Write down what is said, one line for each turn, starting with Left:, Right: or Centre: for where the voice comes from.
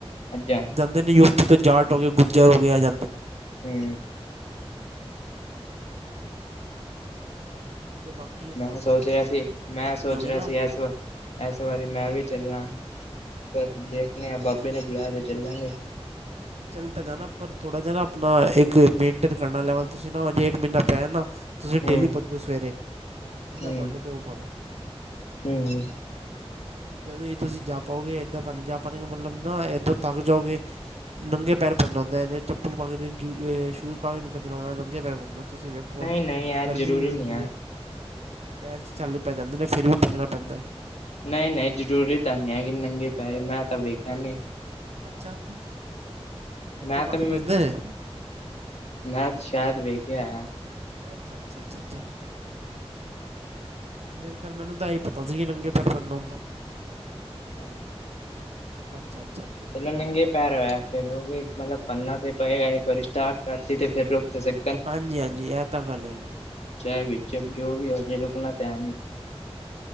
Left: ਪੰਜਾਬ।
Right: ਦੇ ਨੇ ਯੂਪੀ ਤੋਂ ਜਾਟ ਹੋ ਗਏ ਗੁੱਜਰ ਹੋ ਗਏ ਏ ਜਾਂਦੇ ਨੇ।
Left: ਹੂੰ,
Right: ਤੇ ਵਕ
Left: ਮੈਂ ਸੋਚ ਰਿਹਾ ਸੀ, ਮੈਂ ਸੋਚ ਰਿਹਾ
Right: ਨਾ
Left: ਸੀ ਐਸ ਵਕ ਇਸ ਵਾਰੀ ਮੈਂ ਵੀ ਚੱਲਣਾ, ਪਰ ਦੇਖਣੇ ਹਾਂ ਬਾਬੇ
Right: ਅੱਛਾ
Left: ਨੇ ਬੁਲਾਇਆ ਤੇ ਚੱਲਾਂਗੇ।
Right: ਚੱਲ ਤਾਂ ਜਾਣਾ, ਪਰ ਥੋੜਾ ਜਾ ਨਾ ਆਪਣਾ ਇੱਕ ਮੇਨਟੇਨ ਕਰਨਾ ਲੈਵਲ, ਤੁਸੀਂ ਨਾ ਅਜੇ ਇੱਕ ਮਹੀਨਾ ਪਿਆ ਨਾ। ਤੁਸੀਂ
Left: ਹੂੰ
Right: ਡੇਲੀ ਭੱਜੋ ਸਵੇਰੇ, ਜਿੰਨਾ
Left: ਹੂੰ
Right: ਤੁਹਾਡੇ ਤੋਂ ਹੋ ਪਾਵੇ।
Left: ਹੂੰ।
Right: ਜਦੋਂ ਵੀ ਤੁਸੀਂ ਜਾ ਪਾਓਗੇ, ਇੱਦਾਂ ਤਾਂ ਨਹੀਂ ਜਾ ਪਾਓਗੇ, ਮਤਲਬ ਨਾ ਇੱਦਾਂ ਥੱਕ ਜਾਓਗੇ। ਨੰਗੇ ਪੈਰ ਭੱਜਣਾ ਹੁੰਦਾ, ਚੱਪਲ ਪਾ ਕੇ ਨੀ, ਜੁੱਤੇ ਸ਼ੂਜ਼ ਪਾ ਕੇ ਨੀ ਭੱਜਣਾ ਹੁੰਦਾ, ਨੰਗੇ ਪੈਰ ਭੱਜਣਾ ਤੁਸੀਂ ਵੇਖੋ
Left: ਨਹੀਂ
Right: ਹੁਣ,
Left: ਨਹੀਂ ਇਹ
Right: ਗਰਮੀ
Left: ਜ਼ਰੂਰੀ
Right: ਵੀ ਹੁੰਦੀ
Left: ਨਹੀਂ ਹੈ
Right: ਏ। ਪੈਰ ਚ ਛਾਲੇ ਪੈ ਜਾਂਦੇ ਨੇ, ਫਿਰ ਵੀ ਭੱਜਣਾ ਪੈਂਦਾ।
Left: ਨਹੀਂ-ਨਹੀਂ ਜ਼ਰੂਰੀ ਤਾਂ ਨਹੀਂ ਹੈਗੀ ਨੰਗੀ ਪੈਰੀ, ਮੈਂ ਤਾਂ ਵੇਖਿਆ ਨੀ।
Right: ਅੱਛਾ, ਜੁੱਤੇ
Left: ਮੈਂ
Right: ਪਾ
Left: ਤਾਂ
Right: ਕੇ ਭੱਜਦੇ ਨੇ।
Left: ਮੈਂ ਸ਼ਾਇਦ ਵੇਖਿਆ ਹੋਇਆ।
Right: ਅੱਛਾ-ਅੱਛਾ-ਅੱਛਾ-ਅੱਛਾ। ਮੇਰੇ ਖਿਆਲ ਮੈਨੂੰ ਤਾਂ ਇਹ ਹੀ ਪਤਾ ਸੀ, ਕਿ ਨੰਗੇ ਪੈਰ ਭੱਜਣਾ ਹੁੰਦਾ ਐ।
Left: <inaudible>
Right: ਅੱਛਾ-ਅੱਛਾ-ਅੱਛਾ।
Left: ਪਰ ਨੰਗੇ ਪੈਰ ਹੈਗਾ, ਫਿਰ ਉਹ ਵੀ ਮਤਲਬ ਕਰਨਾ ਤੇ ਪਏਗਾ, ਇੱਕ ਵਾਰੀ ਸਟਾਟ ਕਰਤੀ ਤੇ ਫਿਰ ਰੁਕ ਤੇ ਸਕ
Right: ਹਾਂਜੀ-ਹਾਂਜੀ, ਇਹ ਤਾਂ ਗੱਲ ਹੈਗੀ।
Left: ਚਾਹੇ ਵਿੱਚ ਜੋ ਵੀ ਹੋਜੇ, ਰੁਕਣਾ ਤੇ ਹੈ ਨੀ।